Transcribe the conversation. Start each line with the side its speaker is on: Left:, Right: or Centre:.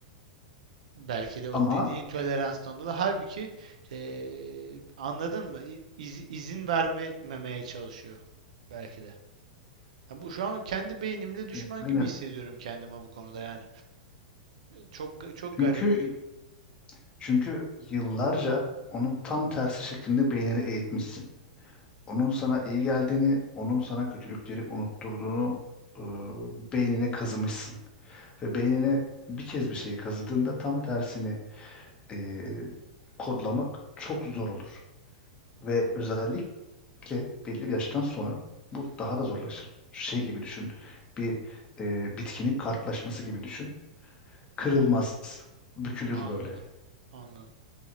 Right: Belki de o
Left: Ama
Right: dediğin toleranstan dolayı. Halbuki eee, anladın mı? İ- iz- izin vermemeye çalışıyor. Belki de. Ya bu şu an kendi beynimle düşman
Left: e, aynen
Right: gibi hissediyorum kendime bu konuda yani. Çok çok
Left: çünkü
Right: garip.
Left: çünkü yıllarca onun tam tersi şeklinde beynini eğitmişsin. Onun sana iyi geldiğini, onun sana kötülükleri unutturduğunu e, beynine kazımışsın. Ve beynine bir kez bir şeyi kazıdığında tam tersini e, kodlamak çok zor olur. Ve özellikle belli bir yaştan sonra
Right: Hı
Left: bu
Right: hı.
Left: daha da zorlaşır. Şey gibi düşün, bir e, bitkinin kartlaşması gibi düşün. Kırılmaz, bükülür
Right: Anladım.
Left: böyle.
Right: Anladım.